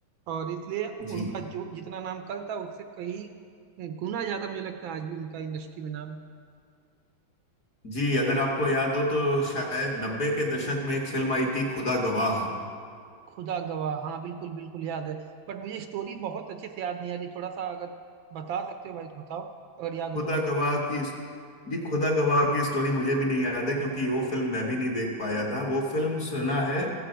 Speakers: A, on the right (about 75°); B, on the left (about 45°).
A: और इसलिए
B: जी
A: उनका जो जितना नाम कल था उससे कई गुना ज्यादा मुझे लगता है आज भी उनका इंडस्ट्री में नाम
B: जी अगर आपको याद हो तो शायद नब्बे के दशक में एक फिल्म आई थी खुदा गवाह
A: खुदा गवाह हाँ बिल्कुल बिल्कुल याद है बट मुझे स्टोरी बहुत अच्छे से याद नहीं आ रही थोड़ा सा अगर बता सकते हो भाई तो बताओ अगर याद हो
B: खुदा
A: तुम्हें तो
B: गवाह की जी खुदा गवाह की स्टोरी मुझे भी नहीं याद है क्योंकि वो फिल्म मैं भी नहीं देख पाया था वो फिल्म सुना है